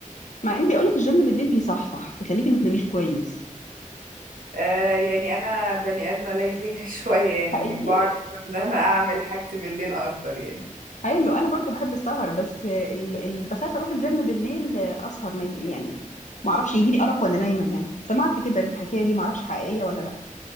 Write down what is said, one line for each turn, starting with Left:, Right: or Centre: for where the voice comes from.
Left: مع ان بيقولك الجيم بالليل بيصحصح بيخليكي ما تناميش كويس
Right: آه يعني انا بني ادمة ليلية <laughs> شوية يعني
Left: حقيقي
Right: بعرف ان انا اعمل حاجتي بالليل اكتر يعني
Left: حلو انا برضو بحب السهر بس ال... ال... بخاف اروح الجيم بالليل اسهر ما... ي- يعني ما اعرفش يجي لي ارق وانا نايمه يعني سمعت كده الحكايه دي ما اعرفش حقيقيه ولا لا